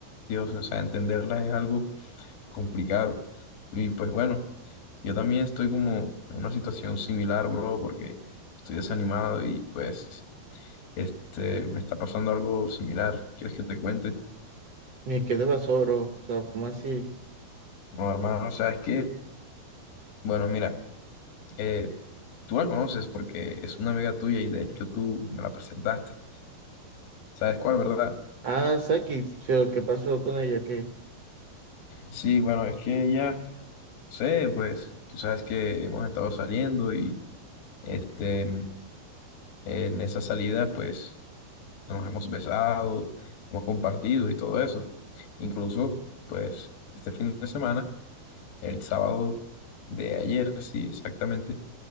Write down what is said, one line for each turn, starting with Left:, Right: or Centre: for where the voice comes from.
Left: Dios, o sea, entenderlas es algo complicado. Y pues bueno. Yo también estoy como en una situación similar, bro, porque estoy desanimado y pues este me está pasando algo similar. ¿Quieres que te cuente?
Right: ¿Y qué te pasó, bro, o sea, ¿cómo así?
Left: No, hermano, ¿sabes qué? Bueno, mira, eh, tú la conoces porque es una amiga tuya y de hecho tú me la presentaste. ¿Sabes cuál, verdad?
Right: Ah, Saki, ¿qué pasó con ella? ¿Qué?
Left: Sí, bueno, es que ella, no sé, pues tú sabes que hemos estado saliendo y este en esa salida, pues nos hemos besado, hemos compartido y todo eso. Incluso, pues, este fin de semana, el sábado de ayer, sí, exactamente,